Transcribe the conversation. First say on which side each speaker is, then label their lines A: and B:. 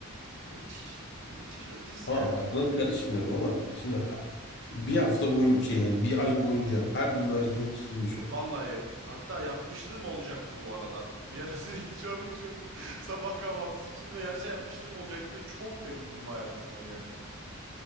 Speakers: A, on the right; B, on the left.
A: müthiş. Müthiş ötesi
B: Tamam
A: yani.
B: bak buna karışmıyorum ama şimdi
A: Hı.
B: ha- bir hafta boyunca şey yani bir ay boyunca her gün mercimek içtiğini düşün.
A: Vallahi yerim. Hatta yapmışlığım olacaktı bu arada. Bir ara <laughs> sürekli çorba içiyordum <laughs> sabah kahvaltısı için ve gerçekten yapmışlığım olacaktı ve çok memnundum hayatımdan yani.